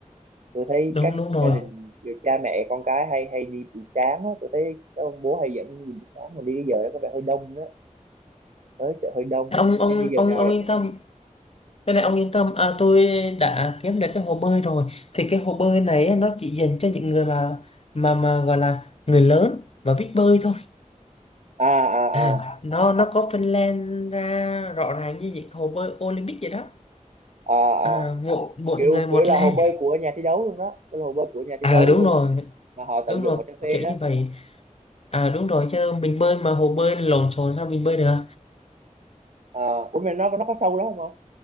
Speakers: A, on the right; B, on the left.
A: tôi thấy
B: đúng
A: các
B: đúng rồi
A: gia đình cha mẹ con cái hay hay đi buổi sáng á tôi thấy các ông bố hay dẫn đi buổi sáng mà đi cái giờ đó có vẻ hơi đông đó tới sẽ hơi đông
B: ông ông
A: nên đi giờ
B: ông
A: nào
B: ông
A: đẹp
B: yên
A: nhỉ
B: tâm cái này ông yên tâm à, tôi đã kiếm được cái hồ bơi rồi thì cái hồ bơi này á, nó chỉ dành cho những người mà mà mà gọi là người lớn và biết bơi thôi
A: à à
B: à
A: à
B: nó nó có phân lên ra rõ ràng như những hồ bơi Olympic vậy đó
A: à à
B: à, mỗi mỗi
A: kiểu
B: người một
A: kiểu là
B: làng
A: hồ bơi của nhà thi đấu luôn đó Kiểu là hồ bơi của nhà thi
B: à
A: đấu
B: đúng
A: luôn
B: rồi
A: mà họ tận
B: đúng
A: dụng
B: rồi
A: họ cho thuê
B: kiểu
A: đó
B: như vậy à đúng rồi chứ mình bơi mà hồ bơi lộn xộn sao mình bơi được
A: à, ủa mà nó nó có sâu lắm không không